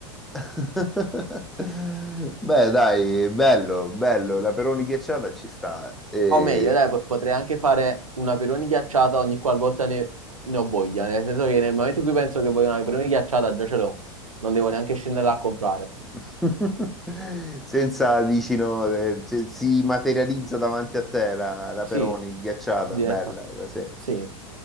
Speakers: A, in the centre; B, on the right.
A: <laughs> Beh, dai, bello, bello, la peroni ghiacciata ci sta. E...
B: O meglio, dai, po- potrei anche fare una peroni ghiacciata ogni qualvolta ne, ne ho voglia, nel senso che nel momento in cui penso che voglio una peroni ghiacciata già ce l'ho, non devo neanche scendere a comprare.
A: <laughs> Senza, dici, no, eh, se- si materializza davanti a te la, la
B: Sì,
A: peroni ghiacciata,
B: diretta.
A: bella, così.
B: Sì,